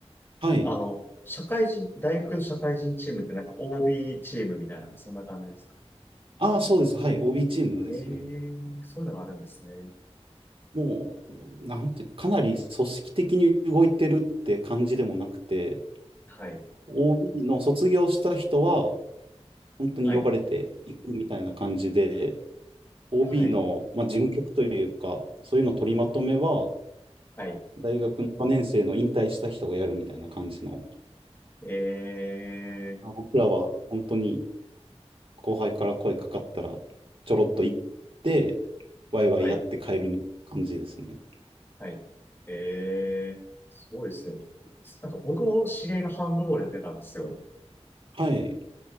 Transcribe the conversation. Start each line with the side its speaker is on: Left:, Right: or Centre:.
Right: はい。
Left: あの、社会人、大学の社会人チームってなんか OB チームみたいな、そんな感じですか
Right: ああ、そうです。はい。OB チームですね。
Left: ええー、そういうのがあるんですね。
Right: もう、なんて、かなり組織的に動いてるって感じでもなくて、
Left: はい、
Right: OB の卒業した人は、本当に呼ばれていくみたいな感じで、
Left: はい、
Right: OB
Left: はい。
Right: の、まあ、事務局というか、そういうの取りまとめは、
Left: はい
Right: 大学の4年生の引退した人がやるみたいな感じの、
Left: ええ
Right: 僕らは本当に後輩から声かかったら、ちょろっと行って、ワイワイやって帰るみたいな感じですね。
Left: はい、はい。ええすごいですね。なんか僕も知り合いがハンドボールやってたんですよ。
Right: はい。